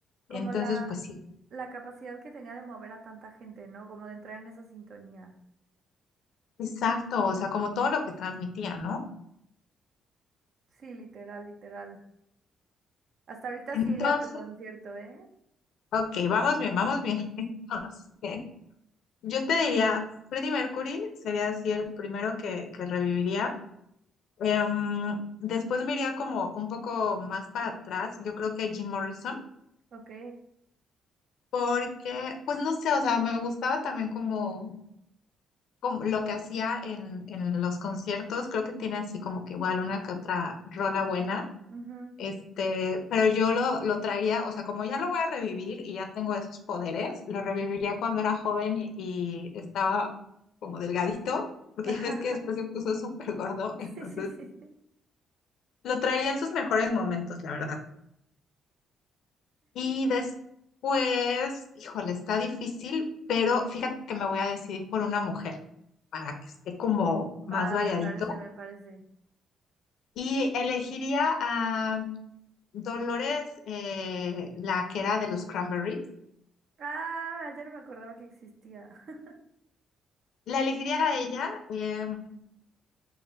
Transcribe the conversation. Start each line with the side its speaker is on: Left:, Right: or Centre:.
Right: como
Left: Entonces,
Right: la,
Left: pues sí,
Right: la capacidad que tenía de mover a tanta gente, ¿no? Como de entrar en esa sintonía.
Left: exacto, o sea, como todo lo que transmitía, ¿no?
Right: Sí, literal, literal. Hasta ahorita
Left: Entonces,
Right: sí iría a tu concierto, ¿eh?
Left: ok, vamos bien, vamos bien. <laughs> Entonces, yo te diría, Freddie Mercury sería así el primero que, que reviviría. Em, después me iría como un poco más para atrás, yo creo que Jim Morrison.
Right: Ok.
Left: porque, pues no sé, o sea, me gustaba también como, como lo que hacía en, en los conciertos, creo que tiene así como que igual una que otra rola buena,
Right: ujú.
Left: este, pero yo lo, lo traía, o sea, como ya lo voy a revivir y ya tengo esos poderes, lo reviviría cuando era joven y, y estaba como delgadito, porque
Right: Ajá.
Left: <laughs> ya ves que
Right: <laughs>
Left: después se puso súper gordo, entonces
Right: Sí, sí, sí. sí.
Left: lo traía en sus mejores momentos, la verdad. Y después, híjole, está difícil, pero fíjate que me voy a decidir por una mujer. para que esté como
Right: Va,
Left: más variadito.
Right: me parece, me parece.
Left: Y elegiría a Dolores, eh, la que era de los Cranberries.
Right: Ah, ya no me acordaba que existía. <laughs>
Left: La elegiría a ella eh,